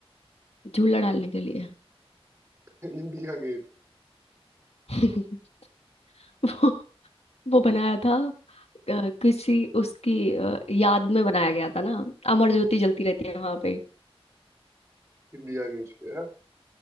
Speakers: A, on the left; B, on the right.
A: झूला डालने के लिए
B: <laughs> इंडिया गेट
A: <laughs> वो वो बनाया था अ, किसी उसकी अ, याद में बनाया गया था ना अमर ज्योति जलती रहती है वहां पे
B: इंडिया गेट पे है